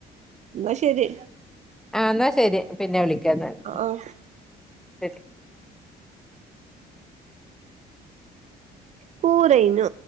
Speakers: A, on the right (about 45°); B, in the centre.
A: ന്നാ ശെരി
B: ആ ന്നാ ശെരി പിന്നെ വിളിക്കാന്നാല്
A: ആഹ്
B: ശരി
A: പൂരെയ്നൊ